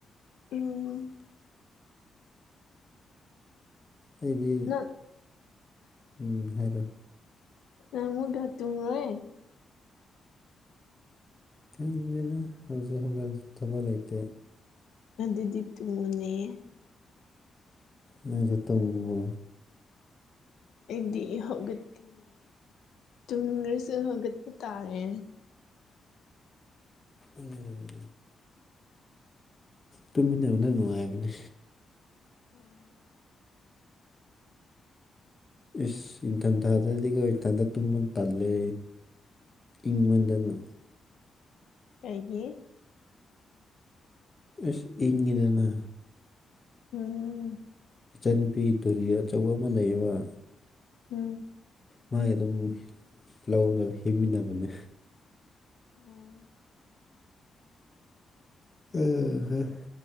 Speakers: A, on the left (about 80°); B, on the left (about 30°).
A: ꯎꯝ
B: ꯑꯩꯗꯤ
A: <inaudible>
B: ꯎꯝ ꯍꯥꯏꯔꯣ
A: ꯅꯪ ꯑꯃꯨꯛꯀꯥ ꯇꯨꯝꯃꯨꯔꯦ
B: ꯈꯪꯗꯦꯗꯥ ꯍꯧꯖꯤꯛ ꯍꯧꯒꯠꯂꯁꯨ ꯊꯕꯛ ꯂꯩꯇꯦ
A: ꯑꯗꯨꯗꯤ ꯇꯨꯕꯅꯦꯍꯦ
B: ꯅꯪꯖꯨ ꯇꯧꯅꯨꯋꯣ
A: ꯑꯩꯗꯤ ꯍꯧꯒꯠꯀꯥꯅꯤ ꯇꯨꯝꯅꯤꯡꯒ꯭ꯔꯥꯁꯨ ꯍꯧꯒꯠꯄ ꯇꯥꯔꯦ
B: ꯎꯝ ꯇꯨꯃꯤꯟꯅꯕꯗꯣ ꯅꯨꯡꯉꯥꯏꯕꯅꯦ
A: ꯍꯣꯏ
B: ꯏꯁ ꯏꯪꯊꯝꯊꯥꯗꯥꯗꯤꯒꯣ ꯏꯊꯟꯗꯥ ꯇꯨꯝꯃ ꯇꯥꯜꯂꯦ ꯏꯪꯃꯟꯗꯅ
A: ꯀꯩꯒꯤ
B: ꯏꯁ ꯏꯪꯉꯦꯗꯥꯅ
A: ꯎꯝ
B: ꯏꯆꯟꯅꯨꯄꯤꯒꯤ ꯙꯨꯔꯤ ꯑꯆꯧꯕ ꯑꯃ ꯂꯩꯌꯦꯕ
A: ꯎꯝ
B: ꯃꯥꯏ ꯑꯗꯨꯝ ꯂꯧꯔꯒꯥ ꯍꯤꯞꯃꯤꯟꯅꯕꯅꯦ
A: ꯑꯣ
B: <unintelligible>